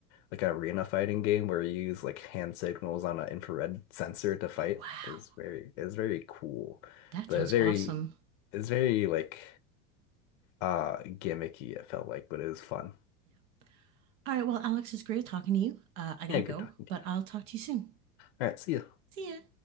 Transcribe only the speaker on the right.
Oh, wow.
That
sounds
awesome.
Yeah. All right. Well, Alex, it's great talking to you. Uh, I got
to
go,
but
I'll talk to you soon.
See ya.